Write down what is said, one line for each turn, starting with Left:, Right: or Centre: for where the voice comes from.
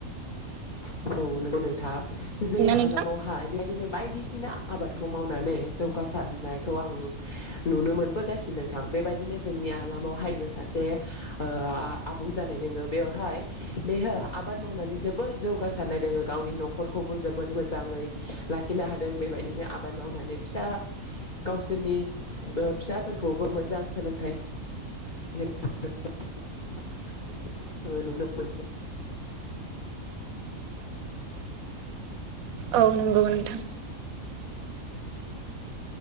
Left: <inaudible> जोंनि हालामावहा
Right: नोंथां
Left: बेबायदिनो बायदिसिना आबादखौ मावनानै जौगासारनायखौ आं नुनो मोनबोगासिनो नोंथां बेबायदिनो जोंनि हालामावहाय सासे ओ आबौ जानाय दोङो बेवहाय बेयो आबाद मावनानै जोबोद जौगासारनाय दोङो गावनि न'खरखौबो जोबोद मोजाङै लाखिनो हादों बेबायदिनो आबाद मावनानै फिसा गावसोरनि ओ फिसाफोरखौबो मोजां सोलोंथाइ। <unintelligible>
Right: औ नंगौ नोंथां